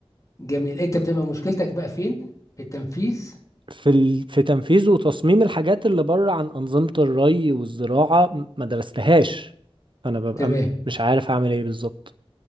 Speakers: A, on the left; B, on the right.
A: جميل انت بتبقى مشكلتك بقى فين في التنفيذ
B: في ال... في تنفيذ وتصميم الحاجات اللي بره عن أنظمة الري والزراعة م- ما درستهاش فأنا ببقى
A: تمام
B: م- مش عارف أعمل إيه بالظبط